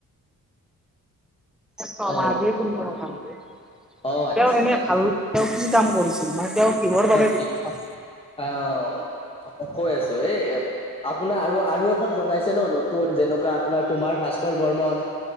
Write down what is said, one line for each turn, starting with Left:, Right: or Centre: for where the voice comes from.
Centre: শৰ্মা
Left: অ
Centre: দি সুন্দৰ নামটো
Left: অ আচ্ছা
Centre: তেওঁ এনে
Left: আচ্ছা
Centre: ভাল তেওঁ কি কাম কৰিছিল মানে তেওঁ- কিহৰ বাবে
Left: এ
Centre: বিখ্যাত?
Left: বিষ, আহ মই কৈ আছোঁ। এই আপোনাৰ আৰু আৰু এখন বনাইছে ন, নতুন যেনেকুৱা আপোনাৰ কুমাৰ ভাস্কৰ বৰ্মন-